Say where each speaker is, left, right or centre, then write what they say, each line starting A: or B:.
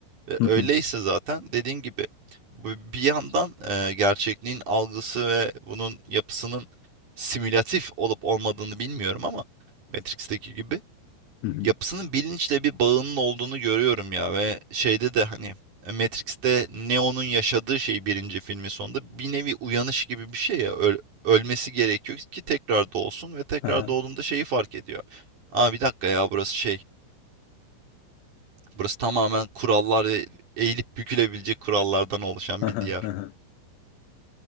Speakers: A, on the right; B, on the left.
A: E,
B: Hı
A: Öyleyse
B: hı.
A: zaten dediğin gibi bu- bir yandan e, gerçekliğin algısı ve bunun yapısının simülatif olup olmadığını bilmiyorum ama Matrix'teki gibi
B: Hı hı.
A: yapısının bilinçle bir bağının olduğunu görüyorum ya ve şeyde de hani e, Matrix'te Neo'nun yaşadığı şey birinci filmin sonunda bir nevi uyanış gibi bir şey ya Öl- ölmesi gerekiyor ki tekrar doğsun ve tekrar
B: Aha,
A: doğduğunda şeyi fark ediyor. Aa bir dakika ya burası şey Burası tamamen kurallar ve eğilip bükülebilecek kurallardan oluşan
B: aha,
A: bir diyar.
B: aha.